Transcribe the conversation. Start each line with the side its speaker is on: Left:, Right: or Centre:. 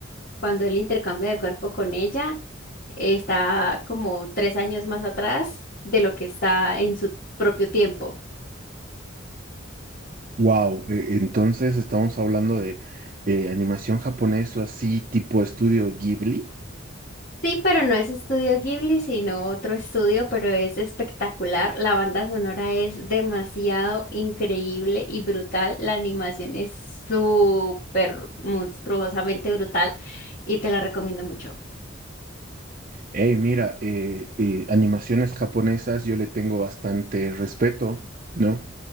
Left: Cuando él intercambia de cuerpo con ella, eh, está como tres años más atrás de lo que está en su propio tiempo.
Right: Wow, entonces estamos hablando de eh, animación japonesa así tipo estudio Ghibli.
Left: Sí, pero no es Estudio Ghibli, sino otro estudio, pero es espectacular. La banda sonora es demasiado increíble y brutal. La animación es súper monstruosamente brutal y te la recomiendo mucho.
Right: Hey, mira, eh, eh, animaciones japonesas yo le tengo bastante respeto, ¿no?